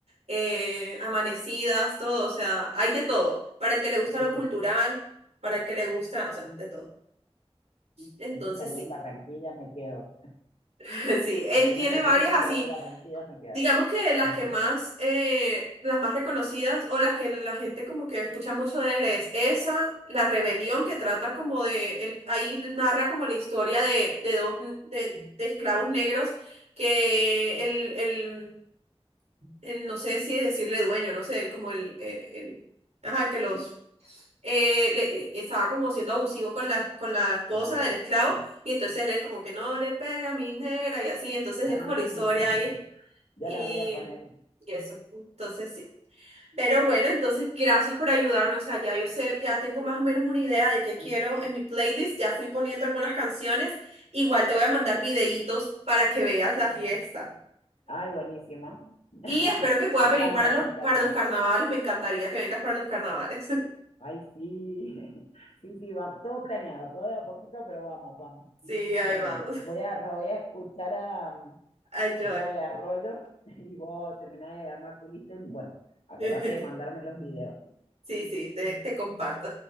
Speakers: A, on the right (about 85°); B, on the left (about 85°).
A: eh, amanecidas, todo. O sea, hay de todo. Para el que le gusta
B: Qué
A: lo
B: li-
A: cultural, para el que le gusta, o sea, de todo. Entonces
B: Ahí me salió
A: sí,
B: en Barranquilla, me quedo.
A: <laughs> sí. Él
B: Apenas
A: tiene
B: lo
A: varias
B: puse, me
A: así.
B: salió en Barranquilla, me quedo.
A: Digamos que las
B: Ajá,
A: que más, eh, las más reconocidas o las que la gente como que escucha mucho de él es esa, La Rebelión, que trata como de, él, ahí narra como la historia de, de dos n- de, de esclavos negros que el, el, el, no sé si decirle dueño, no sé, el, como el, eh, el, ajá, el que los, eh, le- eh, estaba como siendo abusivo con la, con la esposa
B: ajá.
A: del esclavo y entonces él es como que no le pega a mi negra y así, entonces
B: Ah,
A: es como la historia
B: mira, <laughs>
A: ahí.
B: ya
A: Y,
B: la voy a poner.
A: y eso, entonces sí. Pero bueno, entonces gracias por ayudarme. O sea, ya yo sé, ya tengo más o menos una idea de qué quiero en mi playlist. Ya fui poniendo algunas canciones. Igual te voy a mandar videitos para que veas la fiesta.
B: Ay, buenísimo. <laughs>
A: Y espero que puedas
B: Me encanta,
A: venir para los,
B: me encanta.
A: para los carnavales. Me encantaría que vengas para los carnavales. <laughs>
B: Ay, sí, <laughs> sí, sí, va, todo planeado, todo de a poquito, pero vamos, vamos.
A: Sí, ahí
B: Bueno,
A: vamos.
B: voy a, me voy a escuchar a um,
A: Enjoy.
B: Joe Arroyo <laughs> y vos terminás de armar tu lista y bueno, acordate
A: <laughs>
B: de mandarme los videos.
A: Sí, sí, te, te comparto.